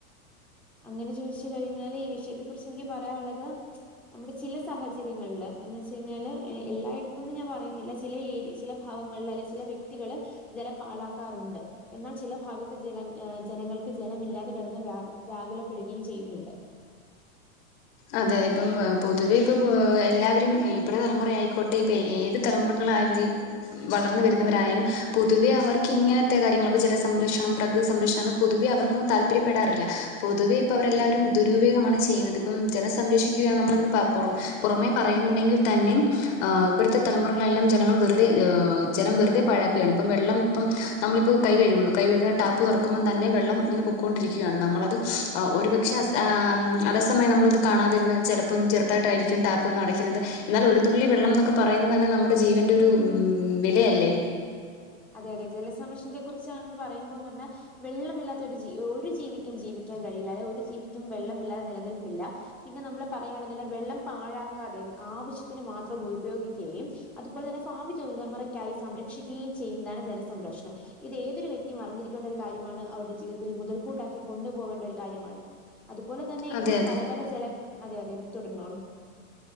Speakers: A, in the centre; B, on the left.
A: അങ്ങനെ ചോയിച്ച് കഴിഞ്ഞാല് ഈ വിഷയത്തെ കുറിച്ച് എനിക്ക്യ് പറയാൻ ഒള്ളത് നമ്മുടെ ചില സാഹചര്യങ്ങള്ല് എന്ന് വെച്ച് കഴിഞ്ഞാല് ഏഹ് എല്ലായിടത്തുംന്ന് ഞാൻ പറയുന്നില്ല ചില ഏര്യ ചില ഭാവങ്ങള്ല് അല്ലെ ചില വ്യക്തികള് ജലം പാഴാക്കാറുണ്ട് എന്നാൽ ചില ഭാഗത്ത് ജല ഏഹ് ജനങ്ങൾക്ക് ജലമില്ലാതെ കെടന്ന് വ്യാ വ്യാകുലപ്പെടുക്കെയും ചെയ്യുന്നുണ്ട്
B: അതെ അതെ ഇപ്പം ആഹ് പൊതുവെ ഇപ്പൊ പൊ എല്ലാവരും ഏഹ് ഇപ്പള് തലമുറ ആയിക്കോട്ടെ ഇപ്പ എ ഏത് തലമുറകളായി വിജയ് ഉം വളർന്ന് വെരുന്നവരായാലും പൊതുവെ അവർക്ക് ഇങ്ങനത്തെ കാര്യങ്ങള്പ്പോ ജല സംരക്ഷണം പ്രകൃതി സംരക്ഷണ് പൊതുവെ അവർക്കും താല്പര്യപ്പെടാറില്ല പൊതുവെ ഇപ്പവരെല്ലാവരും ദുരുപയോഗമാണ് ചെയ്യ്ന്നത് ഇപ്പം ജലം സംരക്ഷിക്ക്യുകയാണ് നമ്മളെന്ന് പ പൊറം പൊറമെ പറയുന്നുണ്ടെങ്കി തന്നേം ആഹ് ഇപ്പഴത്തെ തലമുറകളെല്ലാം ജനങ്ങള് വെറുതെ ഏഹ് ജലം വെറുതെ പാഴാക്കുകയാണിപ്പം വെള്ളം ഇപ്പം നമ്മളിപ്പോ കൈ കഴുക്കുന്നു കൈ കഴുക്കുന്ന ടാപ്പ് തൊറക്കുമ്പം തന്നെ വെള്ളം ഇങ്ങനെ പൊക്കോണ്ടിരിക്ക്യായാണ് നമ്മളത് ആഹ് ഒരു പക്ഷേ അസാം അറസ് <unintelligible> നമ്മള്ത് കാണാതിരുന്ന ചെലപ്പം ചെറ്തായിട്ടായിരിക്ക്യും ടാപ്പ് വന്ന് അടക്ക്യിന്നത് എന്നാലും ഒരു തുള്ളി വെള്ളന്നൊക്കെ പറയുന്നന്നെ നമ്മുടെ ജീവന്റെ ഒരു ഉം വിലയല്ലേ
A: അതെ അതെ ജലസംരക്ഷണത്തെ കുറിച്ചാണെന്ന് പറയുമ്പം തന്നെ വെള്ളമില്ലാത്തൊര് ജീ ഒരു ജീവിക്കും ജീവിക്കാൻ കഴിയില്ല അല്ലെ ഒരു ജീവിക്കും വെള്ളമില്ലാതെ നിലനിൽപ്പില്ല പിന്നെ നമ്മള് പറയാണെന്ന്ല്ലെ വെള്ളം പാഴാക്കാതെ ഉം ആവശ്യത്തിന് മാത്രം മുഴുപയോഗിക്കേയും അതുപോലെ തന്നെ ഫാവി തൊയിലുമുറയ്ക്കായി സംരക്ഷിക്കേയും ചെയ്യുന്നതാണ് ജലസംരക്ഷണം ഇത് ഏതൊരു വ്യക്തിയും അറിഞ്ഞിരിക്കേണ്ടൊരു കാര്യമാണ് അവരുടെ ജീവിതത്തിൽ മുതൽക്കൂട്ടാക്കി കൊണ്ടുപോവേണ്ടൊരു കാര്യമാണ് അതുപോലെ തന്നെ ഇന്ന്
B: അതെ അതെ
A: പല പല ജല അതെ അതെ തുടർന്നോളു